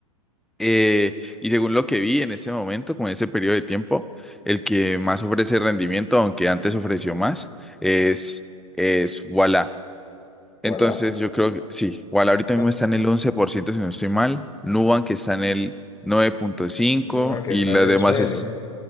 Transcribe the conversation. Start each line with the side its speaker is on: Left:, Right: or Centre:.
Centre: Eh, y según lo que vi en ese momento, con ese periodo de tiempo, el que más ofrece rendimiento, aunque antes ofreció más, es, es Wala. Entonces
Left: voilà.
Centre: yo creo que sí, Wala ahorita
Left: ¿Cuál?
Centre: mismo está en el 11% si no estoy mal, Nubank está en el nueve punto cinco
Left: No, que
Centre: y
Left: está
Centre: los
Left: en el
Centre: demás
Left: suelo.
Centre: es,